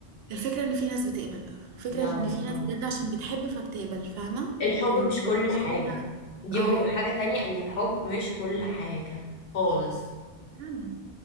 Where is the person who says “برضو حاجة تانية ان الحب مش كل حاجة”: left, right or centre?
Left